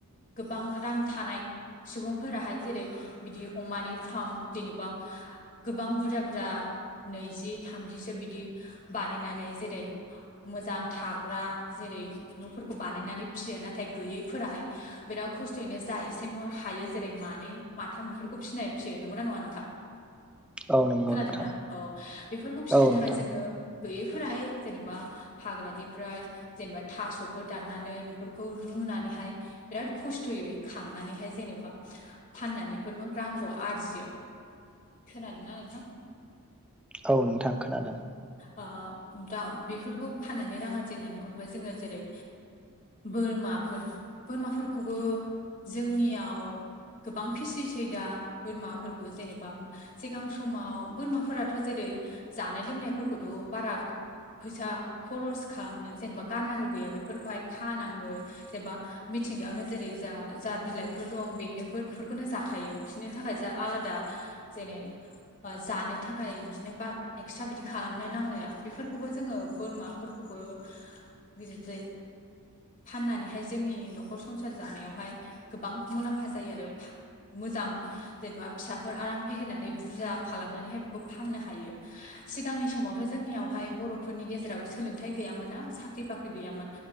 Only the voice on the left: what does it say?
गोबां रां थानाय सुबुंफोराहाय जेरै बिदि अमानि फाम जेनेबा गोबां बुरजा बुरा नैजि थामजिसो बिदि बानायनानै जेरै मोजां थाग्रा जेरै न'फोरखौ बानायनानै फिसियो नाथाय गैयैफोराहाय बिरा खस्थ'यैनो जा एसे युवा हायो जेरै मानै माथाम बेफोरखौ फिसिनाय फिसियो नंगौना नङा नोंथां?
खोनादोंना
अ बेफोरखौ फिसिनो
थाखाय जोङो गैयैफोराहाय जेनेबा हाग्रानिफ्राय जेनेबा थास'फोर दाननानै बेफोरखौ रु उनानैहाय बिराद खस्थ'यै खांनानैहाय जेनेबा फाननानैफोरबो रांखौ आरजियो खोनादोंना नोंथां?
आ दा बेफोरखौ फाननानै रां आरजिनायनि अनगाय जोङो जेरै बोरमाफोर बोरमाफोरखौबो जोंनियाव गोबां फिसिसै दा बोरमाफोरखौ जेनेबा सिगां समाव बोरमाफोराथ' जेरै ऐ जानाय लोंनायफोरखौथ' बारा फैसा खरस खालामनो जेनेबा गाननांगौ गैया बेफोरखौहाय खानाङै जेनबा मिथिंगायावनो जेरै जा जा बिलाइफोर दं बेन्दोंफोर बेफोरखौनो जाखायो बिसोरनि थाखाय जा आलादा जेरै जानो थाखाय बिदिनो बा एक्सट्रा बिदि खालामनो नांलाया बेफोरखौबो जोङो बोरमाफोरखौबो बिदि फाननानैहाय जोंनि न'ख न'खर संसार जानायावहाय गोबां मुलाम्फा जायो आरो मोजां जेनेबा फिसाफोर आराम फेहेरनानै बुरजा खालामनानैहाय खौ फाननो हायो। सिगांनि समावथ' जोंनियावहाय बर'फोरनि गेजेराव सोलोंथाइ गैयामोन ना साख्रि-बाख्रि गैयामोन